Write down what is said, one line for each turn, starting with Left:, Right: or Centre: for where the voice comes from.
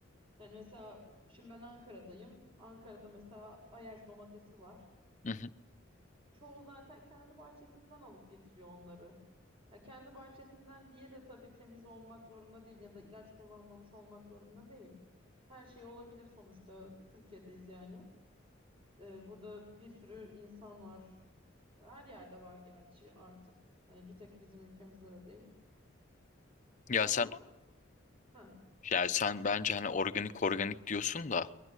Right: Yani mesela şimdi ben Ankara'dayım. Ankara'da mesela Ayaş domatesi var.
Left: Hı hı.
Right: Çoğu zaten kendi bahçesinden alıp getiriyor onları. Ha, kendi bahçesinden diye de tabii temiz olmak zorunda değil ya da ilaç kullanmamış olmak zorunda değil. Her şey olabilir sonuçta. Türkiye'deyiz yani. Ee, burada bir sürü insan var. Her yerde var gerçi artık. Hani bir tek bizim ülkemizde de değil.
Left: Ya
Right: Ama
Left: sen
Right: ha
Left: yani sen bence hani organik organik diyorsun da